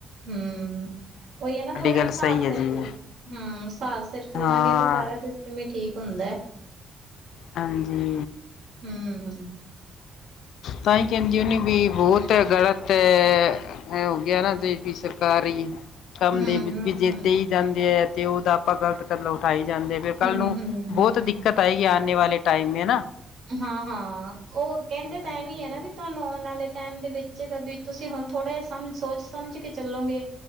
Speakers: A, on the right; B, on the left.
A: ਹੂੰ, ਉਹੀ ਐ ਨਾ ਥੋੜਾ
B: ਗੱਲ
A: ਹਿਸਾਬ
B: ਸਹੀ ਹੈ
A: ਸਿਰ
B: ਜੀ
A: ਚ ਹੂੰ ਹਾਬ ਸਿਰ ਚੱਲਾਂਗੇ
B: ਹਾਂ
A: ਤਾਂ ਸਾਰਾ ਸਿਸਟਮ ਹੀ ਠੀਕ ਹੁੰਦਾ।
B: ਹਾਂਜੀ,
A: ਹੂੰ,
B: ਤਾਂਹੀ ਕਹਿੰਦੀ ਹੋਨੀ ਵੀ ਬੋਤ ਗਲਤ ਐ। ਇਹ ਹੋ ਗਿਆ ਨਾ ਜੇ ਸਰਕਾਰੀ ਕੰਮ
A: ਹੂੰ
B: ਦੇ ਵੀ
A: ਹੂੰ
B: ਜੇ ਦੇਈ ਜਾਂਦੇ ਐ ਤੇ ਉਹਦਾ ਆਪਾਂ ਗ਼ਲਤ ਕਦਮ ਉਠਾਈ ਜਾਂਦੇ। ਕੱਲ
A: ਹੂੰ
B: ਨੂੰ
A: ਹੂੰ
B: ਬਹੁਤ ਦਿੱਕਤ ਆਈ ਐ ਆਨੇ ਵਾਲੇ ਟਾਈਮ ਮੈਂ ਹਨਾ।
A: ਹਾਂ-ਹਾਂ ਉਹ ਕਹਿੰਦੇ
B: ਹਾਂਜੀ
A: ਤਾਂ ਐਵੇਂ ਐ ਨਾ ਵੀ ਤੁਹਾਨੂੰ ਆਉਣ ਆਲੇ ਟੈਮ ਦੇ ਵਿੱਚ ਵੀ ਤੁਸੀਂ ਹੁਣ ਥੋੜ੍ਹਾ ਜਿਹਾ ਸਮਝ ਸੋਚ ਸਮਝ ਕੇ ਚੱਲੋਗੇ।